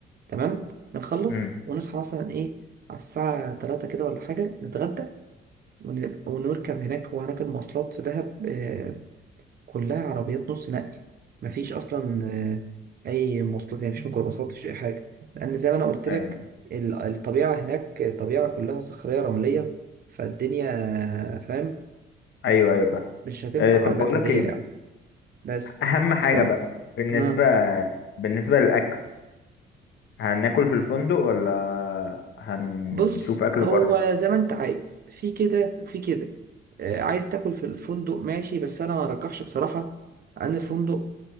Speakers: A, on the right; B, on the left.
A: تمام بنخلص
B: مم.
A: ونصحى مثلا ايه على الساعه 3 كده ولا حاجه نتغدى ون- ونركب هناك هو هناك المواصلات في دهب آه، كلها عربيات نص نقل مفيش أصلا آه، أي مواصلات يعني مفيش ميكروباصات مفيش أي حاجة لأن زي ما أنا قلت
B: ايوه
A: لك ال- الطبيعة هناك طبيعة كلها صخرية رملية فالدنيا آه، فاهم
B: ايوه ايوه فاهم
A: مش هتنفع
B: آه، طب
A: عربيات
B: بقول
A: عادية
B: لك ايه
A: يعني بس
B: اهم حاجة
A: ف
B: بقى بالنسبة
A: ها
B: بالنسبة للاكل هناكل في الفندق ولا هنشوف
A: بص
B: اكل
A: هو
B: بره
A: زي ما انت عايز في كده وفي كده آه، عايز تاكل في الفندق ماشي بس انا ما ارجحش بصراحة ان الفندق